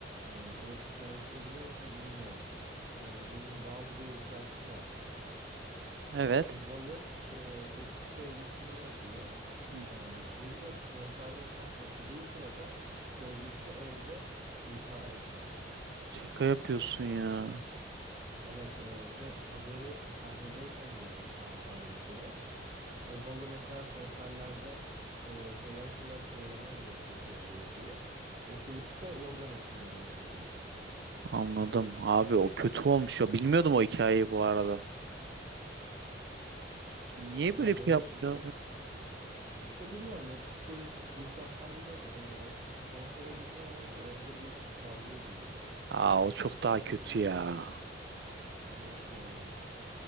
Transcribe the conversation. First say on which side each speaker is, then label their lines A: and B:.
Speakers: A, on the right; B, on the right.
A: eee, o hikayesini biliyor musun bilmiyorum. Eee, bunun Bal diye bir şarkısı var.
B: Evet.
A: Bu balı eee, eski sevgilisine yazıyor.
B: Hı,
A: Eee bunu da konserde tam okuduğu sırada sevgilisi evde intihar ediyor.
B: Şaka yapıyorsun ya.
A: Evet eee, ve haberi sahnedeyken geliyor Kaan Tangöze'ye. O balı mesela konserlerde e, kolay kolay söylemez böyle kötü oluyor diye. O klipte oradan esinlenme bir klip.
B: Anladım. Abi o kötü olmuş ya. Bilmiyordum o hikayeyi bu arada. Niye böyle
A: Yani
B: bir
A: beni
B: şey yaptı
A: işte
B: ya?
A: işte bilmiyorum o psikolojik buhran tam bir de e, konsere gitmeden önce evde bu ikisi kavga ediyor.
B: Aa, o çok daha kötü ya.
A: Evet yani.